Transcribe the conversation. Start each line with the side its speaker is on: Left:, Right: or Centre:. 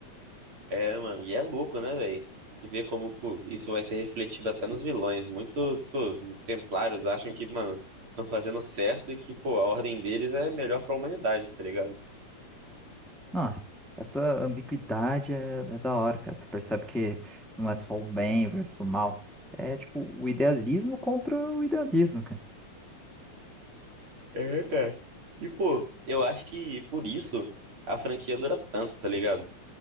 Right: É, mano, e é louco, né, velho? Ver como, pô, isso vai ser refletido até nos vilões. Muito, pô, templários acham que, mano, estão fazendo certo e que, pô, a ordem deles é melhor pra humanidade, tá ligado?
Centre: Não, essa ambiguidade é, é da hora, cara. Tu percebe que não é só o bem versus o mal. É tipo o idealismo contra o idealismo, cara.
Right: É, cara. E, pô, eu acho que por isso a franquia dura tanto, tá ligado?